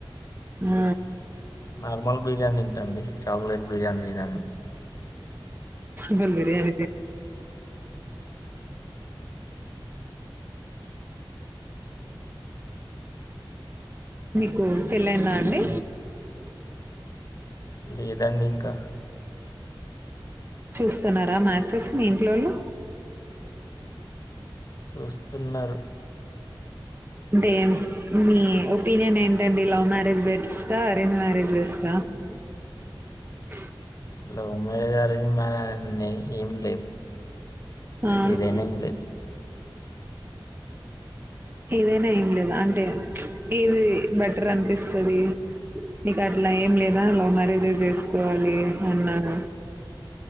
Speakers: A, on the right; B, on the left.
A: ఆ
B: నార్మల్ బిర్యానీ తింటండి, చాక్లెట్ బిర్యానీ తినన్
A: బల్ బిర్యానీ తిన్ మీకు పెళ్లయిందా అండి?
B: లేదండి ఇంకా
A: చూస్తున్నరా మ్యాచెస్ మీ ఇంట్లోళ్ళు?
B: చూస్తున్నరు
A: అంటే ఏం మీ ఒపీనియన్ ఏంటండి? లవ్ మ్యారేజ్ బెస్టా, arrange marriage బెస్టా? <inaudible>
B: Love marriage, arrange marriage అని ఏం లేదు.
A: ఆ!
B: ఏదైనా ఏం లేదు.
A: ఏదైనా ఏం లేదా అంటే, ప్చ్ ఏది బెటర్ అనిపిస్తది. మీకు అట్లా ఏం లేదా, లవ్ మ్యారేజే చేసుకోవాలి అన్నాన